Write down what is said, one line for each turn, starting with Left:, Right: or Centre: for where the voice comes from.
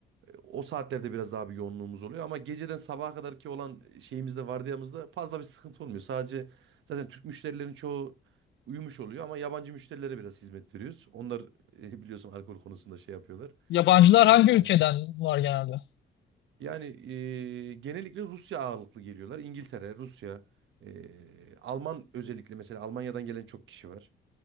Right: O saatlerde biraz daha bir yoğunluğumuz oluyor ama geceden sabaha kadar ki olan şeyimizde vardiyamızda fazla bir sıkıntı olmuyor. Sadece zaten Türk müşterilerin çoğu uyumuş oluyor ama yabancı müşterilere biraz hizmet veriyoruz. Onlar e, biliyorsun alkol konusunda şey yapıyorlar.
Left: yabancılar
Right: E,
Left: hangi ülkeden var genelde?
Right: yani e, genellikle Rusya ağırlıklı geliyorlar. İngiltere, Rusya, e, Alman özellikle mesela Almanya'dan gelen çok kişi var.